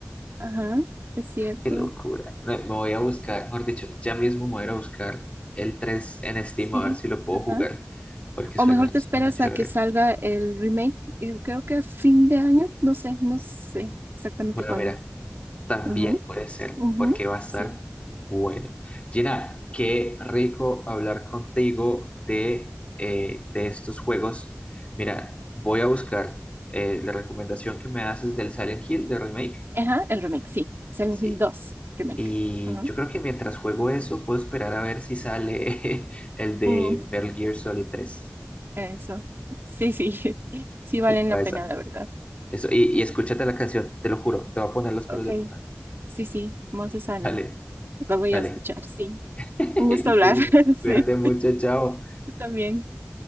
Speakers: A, on the right; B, on the left.
A: Ajá, es cierto.
B: Qué locura. Me, me voy a buscar, mejor dicho, ya mismo me voy a ir a buscar el 3 en Steam
A: Sí,
B: a ver si lo puedo
A: ajá.
B: jugar, porque
A: O
B: suena,
A: mejor te
B: suena
A: esperas
B: chévere.
A: a que salga el remake. eh, Creo que a fin de año, no sé, no sé exactamente
B: Bueno,
A: cuándo.
B: mira, también
A: Ujú,
B: puede ser,
A: ujú,
B: porque va a estar
A: sí.
B: bueno. Gina, qué rico hablar contigo de, eh, de estos juegos. Mira, voy a buscar eh, la recomendación que me haces del Silent Hill, del remake.
A: Ajá, el remake, sí. Silent
B: Sí.
A: Hill 2 remake.
B: Y
A: Ajá.
B: yo creo que mientras juego eso, puedo esperar a ver si sale <laughs> el de
A: Mm,
B: Metal Gear Solid 3
A: eso. Sí, sí. <laughs> Sí valen
B: O
A: la
B: esa.
A: pena, la verdad.
B: Eso, y, y escúchate la canción, te lo juro, te va a poner los
A: Ok,
B: pelos de punta.
A: sí, sí. Monster Island.
B: Dale,
A: La voy
B: dale.
A: a escuchar, sí.
B: <laughs> Listo,
A: Un gusto hablar.
B: Gina.
A: <laughs> Sí.
B: Cuídate mucho, chao.
A: Yo también.